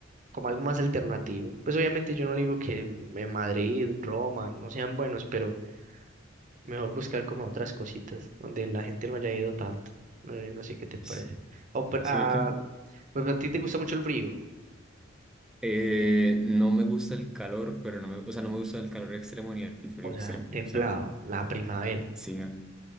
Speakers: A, on the right; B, in the centre.
A: como algo más alternativo, pues obviamente yo no le digo que eh, Madrid, Roma, no sean buenos, pero Mejor buscar como otras cositas donde la gente no haya ido tanto. No, no sé qué te parece.
B: Sí,
A: O, per-
B: sí,
A: ah,
B: porque
A: pues a ti te gusta mucho el frío.
B: eh, no me gusta el calor, pero no me, o sea, no me gusta el calor extremo ni el frío
A: O sea,
B: extremo,
A: el templado,
B: o sea.
A: la primavera.
B: Sí, ¿no?